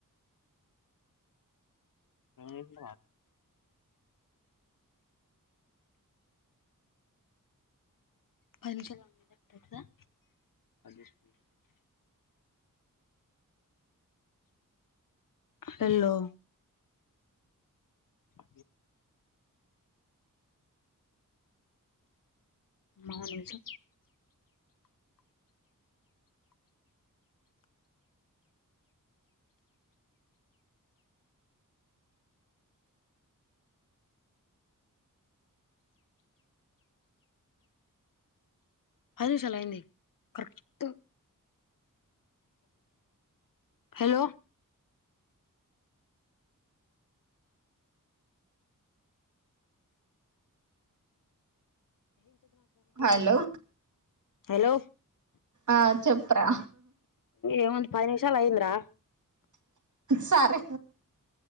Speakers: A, on the left (about 75°); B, on the right (about 60°).
A: ఏం <inaudible> పంచదమా <unintelligible> హలో అ మా నెంతో
B: అ
A: పది నిమిషాల్ అయింది కరెక్ట్. హలో
B: హలో
A: హలో
B: ఆ చెప్ ర్రా
A: ఏముంది పది నిమిషాల్ అయింద్రా.
B: సారే